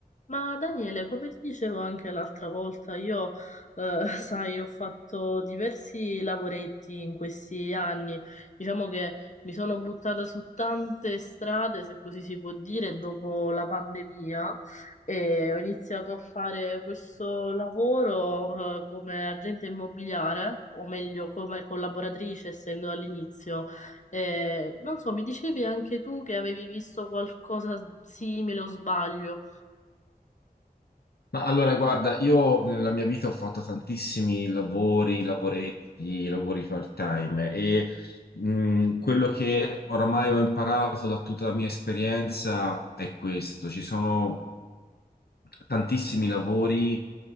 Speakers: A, on the left; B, on the left.
A: Ma Daniele, come ti dicevo anche l'altra volta, io, eh, <laughs> sai, ho fatto diversi lavoretti in questi anni. Diciamo che mi sono buttata su tante strade, se così si può dire, dopo la pandemia e ho iniziato a fare questo lavoro, eh, come agente immobiliare, o meglio, come collaboratrice, essendo all'inizio. Eh, non so, mi dicevi anche tu che avevi visto qualcosa simile o sbaglio?
B: Ma allora, guarda, io nella mia vita ho fatto tantissimi lavori, lavoretti, lavori part-time e mh, quello che oramai ho imparato da tutta la mia esperienza è questo. Ci sono tantissimi lavori